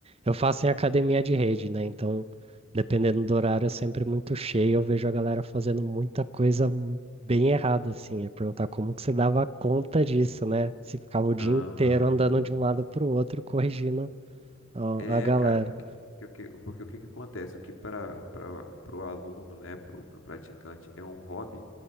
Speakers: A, on the right; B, on the left.
A: eu faço em academia de rede, né? Então, dependendo do horário, é sempre muito cheio. Eu vejo a galera fazendo muita coisa mu- bem errada, assim. É perguntar como que você dava conta disso, né? Se ficava o dia
B: Aham.
A: inteiro andando de um lado para o outro, corrigindo a,
B: É,
A: a galera.
B: cara, porque, porque, porque o que que acontece? O que para para o aluno, né, para o praticante é um hobby,